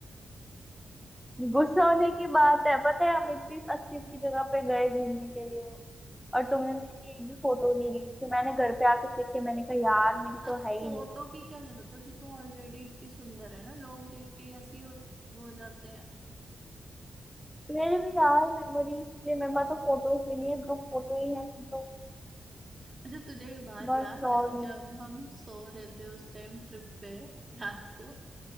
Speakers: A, in the centre; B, on the right.
A: गुस्सा होने की बात है पता है हम इतनी अच्छी अच्छी जगह पे गए घूमने के लिए और तुमने मेरी एक भी फोटो नहीं ली फिर मैंने घर पे आके चेक किया मैंने कहा यार मेरी
B: अब
A: तो है ही
B: फोटो
A: नहीं
B: की क्या जरूरत है तू तो ऑलरेडी इतनी सुंदर है ना लोग देख के ऐसे ही हो हो जाते हैं
A: मेरे भी यार मेमोरीज के लिए मेरे पास तो फोटोज भी नहीं है ग्रुप फोटो ही है तो
B: अच्छा तुझे एक बात
A: बस
B: याद है
A: और नहीं
B: जब
A: है
B: हम सो रहे थे उस टाइम ट्रिप पे रात को